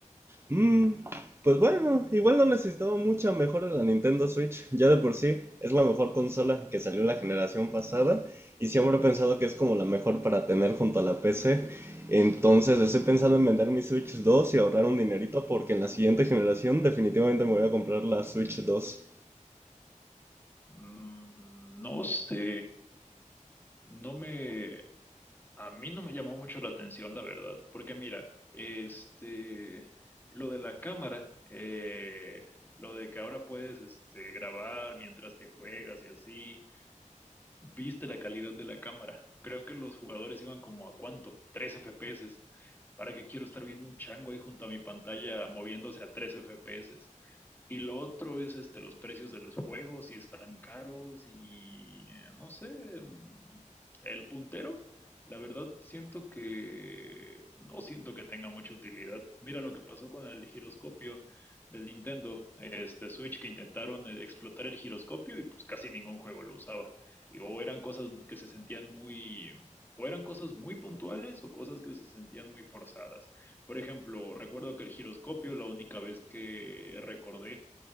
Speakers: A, on the right; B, on the left.
A: Mm, pues bueno, igual no necesitaba mucha mejora la Nintendo Switch. Ya de por sí es la mejor consola que salió en la generación pasada. Y siempre he pensado que es como la mejor para tener junto a la PC. Entonces estoy pensando en vender mi Switch 2 y ahorrar un dinerito porque en la siguiente generación definitivamente me voy a comprar la Switch 2.
B: Mm, no sé, no me, A mí no me llamó mucho la atención, la verdad, porque mira, este, lo de la cámara, eh, lo de que ahora puedes, este, grabar mientras te juegas y así, viste la calidad de la cámara. Creo que los jugadores iban como a cuánto, 3 FPS. ¿Para qué quiero estar viendo un chango ahí junto a mi pantalla moviéndose a 3 FPS? Y lo otro es este, los precios de los juegos, si están caros y eh, no sé, mm, el puntero, la verdad siento que no siento que tenga mucha utilidad. Mira lo que pasó con el giroscopio del Nintendo, este Switch que intentaron eh, explotar el giroscopio y pues casi ningún juego lo usaba. Y o eran cosas que se sentían muy, o eran cosas muy puntuales o cosas que se sentían muy forzadas. Por ejemplo, recuerdo que el giroscopio, la única vez que recordé